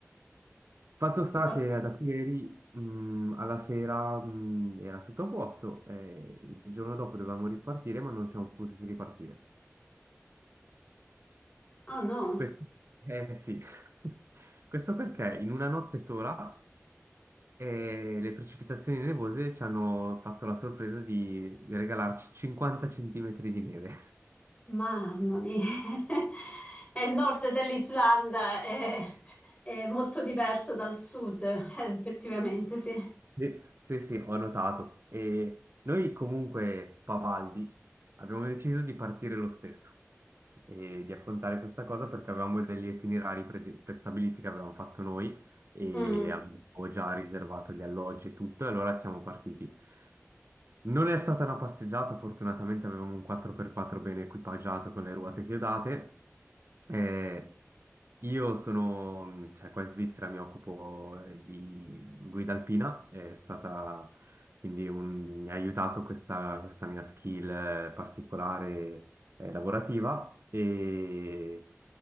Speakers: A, on the right; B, on the left.
A: Fatto sta
B: Oh,
A: che da ieri mh, alla sera mh, era tutto a posto, e il giorno dopo dovevamo ripartire, ma non siamo potuti ripartire.
B: oh no,
A: Questo, eh sì, <laughs> questo perché in una notte sola eh, le precipitazioni nevose ci hanno fatto la sorpresa di regalarci 50 centimetri di neve.
B: mamma mia! <laughs> È il nord dell'Islanda, è, è molto diverso dal sud, <laughs> eh, effettivamente, sì.
A: Sì, sì, sì, ho notato. E noi comunque, spavaldi, abbiamo deciso di partire lo stesso e di affrontare questa cosa perché avevamo degli itinerari pre- prestabiliti che avevamo fatto noi e
B: Mm.
A: avevo già riservato gli alloggi e tutto, e allora siamo partiti. Non è stata una passeggiata, fortunatamente avevamo un 4x4 ben equipaggiato con le ruote chiodate. Eh, io sono, cioè qua in Svizzera mi occupo eh, di guida alpina, è stata, quindi un- mi ha aiutato questa, questa mia skill eh, particolare eh, lavorativa e